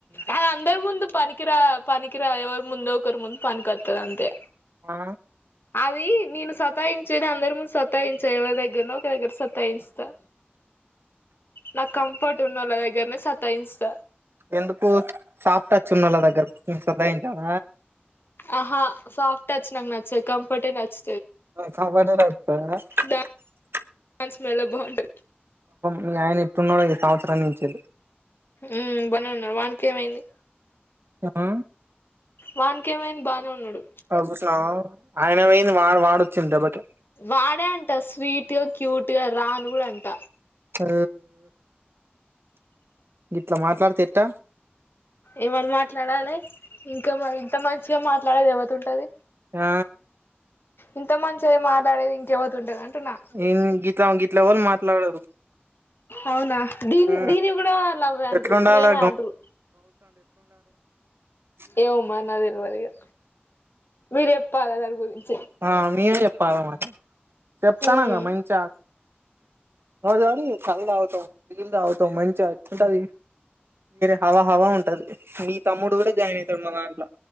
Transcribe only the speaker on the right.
ఆ
ఎందుకు సాఫ్ట్ టచ్ ఉనోళ్ళ దగ్గర సతయించవ
కంఫర్ట్ ఏ <unintelligible>
మీ ఆయన ఎట్టున్నాడు ఈ సంవత్సరం నించి
ఊ
అగో చూసినావ ఆయన పోయింది వా వాడొచ్చింది దెబ్బకి
ఆ గిట్ల మాట్లాడితే ఎట్ట
ఆ
<unintelligible> గిట్ల ఎవరు మాట్లాడరు
ఆ
ఎట్లుండాలే
స
ఆ నేనే చెప్పాల మరి చెప్తానంగా
మంచిగ రోజు కళ్ళు <unintelligible> బీరు తాగుతాం ఎక్కుతది హవా హవా ఉంటది మీ తమ్ముడు కూడ జాయిన్ అయితాడు మా దాంట్ల